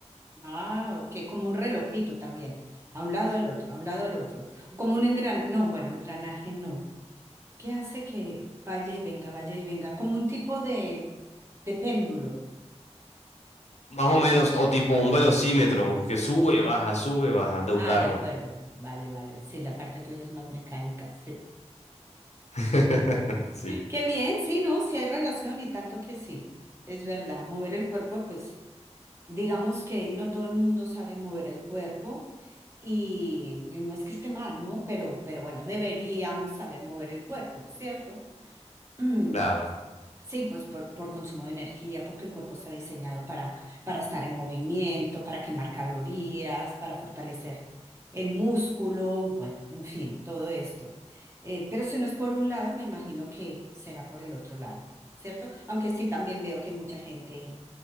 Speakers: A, on the right; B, on the left.
A: Ah, ok, como un relojito también, a un lado al otro, a un lado al otro. Como un engranaje, no, bueno, engranaje no. ¿Qué hace que vaya y venga, vaya y venga? Como un tipo de, de péndulo.
B: Más o menos, o tipo un velocímetro que sube, baja, sube, baja de un
A: Ah,
B: carro.
A: de acuerdo, vale, vale. Sí, la parte tuya es más mecánica, sí.
B: <laughs> Sí,
A: Qué bien, sí, ¿no? Sí hay relación y tanto que sí, es verdad. Mover el cuerpo, pues... digamos que no todo el mundo sabe mover el cuerpo y, y no es que esté mal, ¿no? Pero, pero bueno, deberíamos saber mover el cuerpo, ¿cierto? Mm,
B: claro.
A: sí, pues por, por consumo de energía, porque el cuerpo está diseñado para, para estar en movimiento, para quemar calorías, para fortalecer el músculo, bueno, en fin, todo esto. Eh, pero si no es por un lado, me imagino que será por el otro lado, ¿cierto? Aunque sí, también veo que hay mucha gente